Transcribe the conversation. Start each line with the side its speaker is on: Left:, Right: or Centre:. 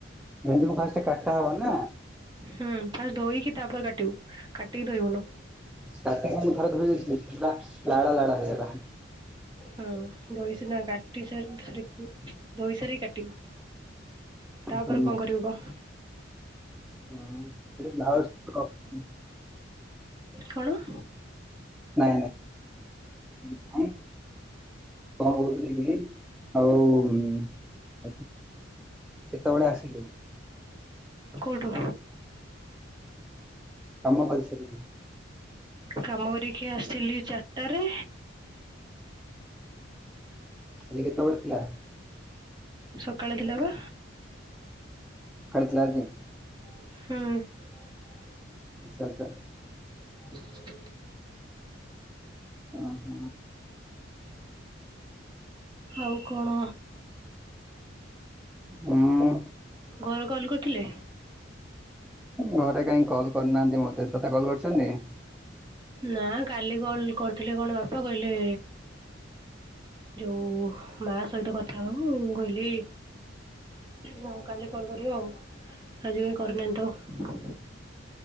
Centre: ଭେଣ୍ଡକୁ ଫାଷ୍ଟେ କାଟା ହବ ନା।
Right: ହୁଁ ଫାଷ୍ଟ ଧୋଇକି ତାପରେ କାଟିବୁ କାଟିକି ଧୋଇବୁନୁ।
Centre: ତାତିିକି ମୁଁ ଥରେ ଧୋଇ ଦେଇଥିଲି ସେଉଡ଼ା ଲାଳ ଲାଳ ହେଇଗଲା।
Right: ହଁ ବୋହି ସିନା କାଟି ସାରି ଧରିକୁ ଧୋଉ ସାରି କାଟିବୁ। ତାପରେ
Centre: ହୁଁ
Right: କଁ କରିବୁ କ।
Centre: ହୁଁ ଏଠି ଲାଉଡ଼ ସ୍ପିକର ଅଛି।
Right: କଣ?
Centre: ନାଇଁ ନାଁ ଇ ଫାଇ କଁ କହୁଥୁଲି କି ଆଉ ଆଜି କେତବେଳେ ଆସିଲୁ?
Right: କୋଉଠୁ?
Centre: କାମ କରିସାରିକି।
Right: କାମ କରିକି ଆସିଲି ଚାରଟାରେ।
Centre: ଆଜି କେତବେଳେ ଥିଲା?
Right: ସକାଳେ ଥିଲା ବା।
Centre: ସଖାଳେ ଥିଲା ଆଜି?
Right: ହୁଁ।
Centre: ଆଚ୍ଛା ଆଚ୍ଛା।
Right: ହୁଁ
Centre: ଓ ହଁ।
Right: ଆଉ କଣ
Centre: ଉଁ?
Right: ଘରଙ କଲ୍ କରିଥିଲେ?
Centre: ଘରେ କାହିଁ କଲ୍ କରିନାହାନ୍ତି ମତେ ତତେ କଲ୍ କରିଛନ୍ତି?
Right: ନାଁ କାଲି କଲ୍ କରିଥିଲେ କଣ ବାପା କହିଲେ ଯୋଉ ମା ସହିତ କଥା ହବୁ ମୁଁ କହିଲି ହୋଉ କାଲି କଲ କରିବ ଆଉ ଆଜି କାଇଁ କରିନାହାନ୍ତି ତ।